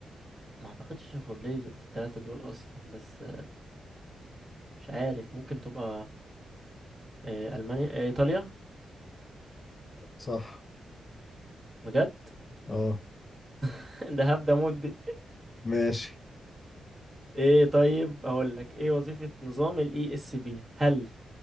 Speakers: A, on the right; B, on the left.
A: ما اعتقدش شوفورلي في الثلاثة دول اصلا بس مش عارف ممكن تبقى إيه المانيا إيه ايطاليا
B: صح
A: بجد
B: اه
A: <laughs> ده هبدأ مود دي
B: ماشي
A: ايه طيب اقول لك ايه وظيفة نظام الاي اس بي هل